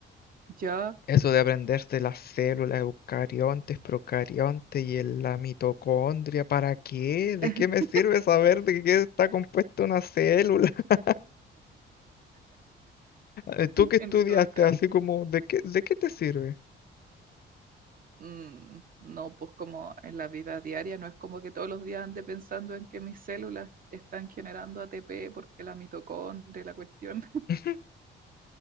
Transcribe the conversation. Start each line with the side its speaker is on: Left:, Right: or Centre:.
Right: Ya.
Left: Eso de aprenderse las células eucariontes, procariontes y el- la mitocondria, ¿para qué? ¿De
Right: <laughs>
Left: qué me sirve saber de qué está compuesta una célula? <laughs> Eh, Tú que estudiaste
Right: En todo caso,
Left: así como, ¿de qué, de qué te sirve?
Right: mm, no, pues como en la vida diaria, no es como que todos los días ande pensando en que mis células están generando ATP porque la mitocondria, y la cuestión.
Left: <laughs>